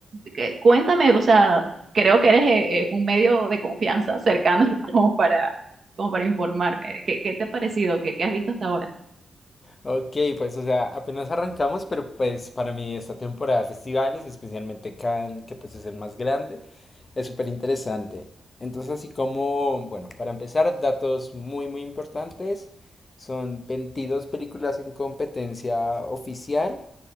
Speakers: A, on the right; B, on the left.
A: que- cuéntame, o sea, creo que eres eh, eh, un medio de confianza cercano <laughs> como para, como para informarme. ¿Qué, qué te ha parecido? ¿Qué, qué has visto hasta ahora?
B: Ok, pues o sea, apenas arrancamos, pero pues para mí esta temporada de festivales, especialmente Cannes, que pues es el más grande, es súper interesante. Entonces, así como, bueno, para empezar, datos muy, muy importantes. Son 22 películas en competencia oficial